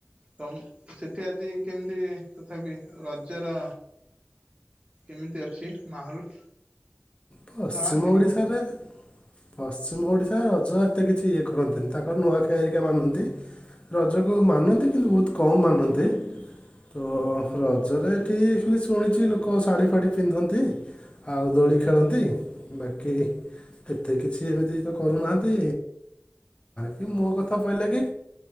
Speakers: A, on the right (about 25°); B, on the left (about 25°).
A: ତ ସେଠି ଆଜି କେମିତି ତଥାପି ରଜର କେମିତି ଅଛି ମାହୋଲ?
B: ପଶ୍ଚିମ
A: ଜଣାଥିବ
B: ଓଡ଼ିଶାରେ ପଶ୍ଚିମ ଓଡ଼ିଶା ତା ରଜ ଏତେ କିଛି ଇଏ କରନ୍ତିନି ତାଙ୍କର ନୂଆ ଖାଇହେରିକା ମାନନ୍ତି ରଜକୁ ମାନନ୍ତି କିନ୍ତୁ ବହୁତ କମ୍ ମାନନ୍ତି ତ ରଜରେ ଏଠି ଖାଲି ଶୁଣିଛି ଲୋକ ଶାଢ଼ୀ ଫାଢ଼ୀ ପିନ୍ଧନ୍ତି ଆଉ ଦୋଳି ଖେଳନ୍ତି ବାକି ଏତେ କିଛି ଏମିତି ତ କରୁନାହାନ୍ତି କି <unintelligible> ମୋ କଥା କହିଲା କି